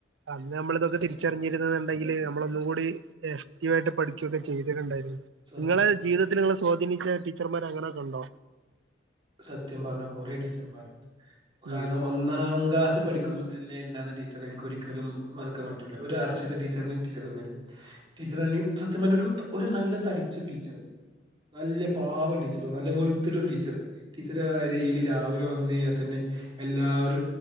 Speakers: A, on the right; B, on the right.
A: അന്ന് നമ്മളിതൊക്കെ
B: സത്യം
A: തിരിച്ചറിഞ്ഞിര
B: സത്യം
A: എന്നുണ്ടെങ്കിൽ നമ്മളൊന്നുകൂടി ആട്ട് പഠിച്ച
B: ആ,
A: ണ്ട
B: സത്യം
A: നിങ്ങളെ
B: സത്യം
A: ജീവിതത്തിൽ നിെ സ്വാധീനിച്ച ടീച്ചർ മര അങ്ങനെയൊക്കെ ഉണ്ടോ
B: സത്യം പറഞ്ഞ കുറെേ ടീച്ചർമാര കാരണം
A: ഉം
B: ഒന്നാംാം ക്ലാസ് പഠിക്കുമ്പോ തന്നെ ടീച്ചർ എനിക്ക് ഒരിക്കലും വറക്കാൻ പറ്റില്ല ഒരു അർച്ചി ടച്ചറി ടീച്ചർ പേര് ീച്ചറ നല്ല തടിച്ചൊരു ടീച്ചർ നല്ല പാപ ടീച്ചർ നല്ല വെ <unintelligible> ടീച്ചർ ടീച്ചർെയിലൽ രാവിലെ വന്ന കഴിഞ്ഞാൽ തന്നെ എല്ല ആ ഒരു